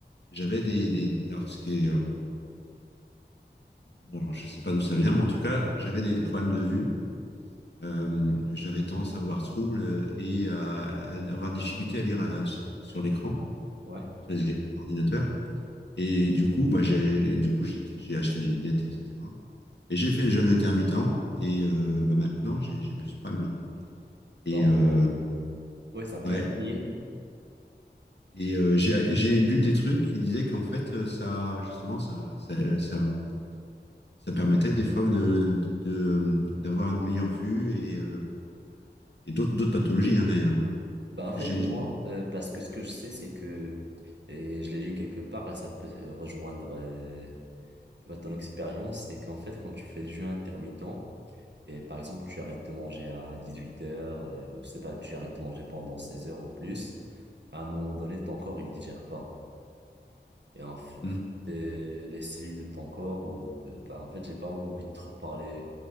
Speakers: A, on the left; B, on the right.
A: j'avais des, des, des- Alors, ce qui est. alors, bon, alors, je sais pas d'où ça vient, mais en tout cas, j'avais des problèmes de vue. Euh, j'avais tendance à avoir ce trouble euh, et à, à avoir difficulté à lire à- sur sur l'écran,
B: Ouais.
A: sur les écrans d'ordinateur. Et du coup, bah, j'ai, du coup, j'ai j'ai acheté des lunettes, etc. Et j'ai fait le jeûne intermittent et euh, bah, maintenant, j'ai j'ai plus ce problème-là. Et,
B: Bah, en
A: euh,
B: vrai, ouais, ça peut
A: ouais,
B: être lié.
A: et euh, j'ai j'ai lu des trucs qui disaient qu'en fait, euh, ça, justement, ça, ça, ça, ça permettait des fois de, de- de- d'avoir une meilleure vue et, euh, et d'autres, d'autres pathologies, hein, d'ailleurs. hein.
B: Bah,
A: Parce
B: en fait,
A: que j'ai...
B: moi, euh, parce que ce que je sais, c'est que et je l'ai lu quelque part et ça peut rejoindre euh, Tu vois, ton expérience, c'est qu'en fait, quand tu fais du jeûne intermittent, et par exemple, tu arrêtes de manger à 18h, euh, je sais pas, tu arrêtes de manger pendant 16 heures ou plus, à un moment donné, ton corps, il digère pas. Et en fait,
A: Hmm.
B: euh, les cellules de ton corps, ou, euh, bah, en fait, j'ai pas envie de trop parler